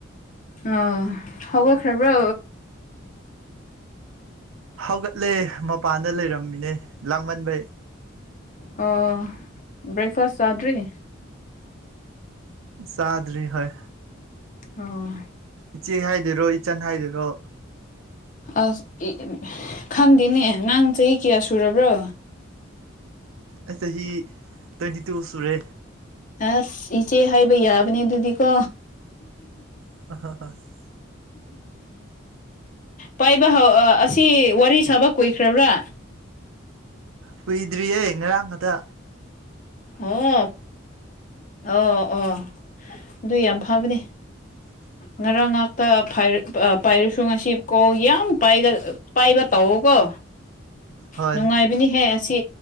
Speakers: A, on the left; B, on the right.
A: ꯑꯥ ꯍꯧꯒꯠꯈ꯭ꯔꯕ꯭ꯔꯣ
B: ꯍꯧꯒꯠꯂꯦ ꯃꯄꯥꯟꯗ ꯂꯩꯔꯝꯃꯤꯅꯦ ꯂꯥꯡꯃꯟꯕꯩ
A: ꯑꯣ ꯕ꯭ꯔꯦꯛꯐꯥꯁ ꯆꯥꯗ꯭ꯔꯤ
B: ꯆꯥꯗ꯭ꯔꯤ ꯍꯣꯏ
A: ꯑꯣ
B: ꯏꯆꯦ ꯍꯥꯏꯗꯣꯏꯔꯣ ꯏꯆꯟ ꯍꯥꯏꯗꯣꯏꯔꯣ
A: ꯑꯁ <unintelligible> ꯈꯪꯗꯦꯅꯦ ꯅꯪ ꯆꯍꯤ ꯀꯌꯥ ꯁꯨꯔꯕ꯭ꯔꯣ
B: ꯑꯩ ꯆꯍꯤ ꯇ꯭ꯋꯦꯟꯇꯤ ꯇꯨ ꯁꯨꯔꯦ
A: ꯑꯁ ꯏꯆꯦ ꯍꯥꯏꯕ ꯌꯥꯕꯅꯦ ꯑꯗꯨꯗꯤꯀꯣ
B: <unintelligible>
A: ꯄꯥꯏꯕ ꯍꯧ ꯑꯥ ꯑꯁꯤ ꯋꯥꯔꯤ ꯁꯥꯕ ꯀꯨꯏꯈ꯭ꯔꯕ꯭ꯔꯥ
B: ꯀꯨꯏꯗ꯭ꯔꯤꯌꯦ ꯉꯔꯥꯡ ꯈꯛꯇꯥ
A: ꯑꯣ ꯑꯣ ꯑꯣ ꯑꯗꯨꯏ ꯌꯥꯝ ꯐꯕꯅꯤ
B: ꯎ
A: ꯉꯔꯥꯡ ꯉꯥꯛꯇ ꯐꯥꯏꯔ ꯄꯥꯏꯔꯨ ꯉꯁꯤ ꯀꯣꯜ ꯌꯥꯝ ꯄꯥꯒꯜ ꯑ ꯄꯥꯏꯕ ꯇꯧꯑꯣ ꯀꯣ
B: ꯍꯣꯏ
A: ꯅꯨꯡꯉꯥꯏꯕꯅꯤꯍꯦ ꯑꯁꯤ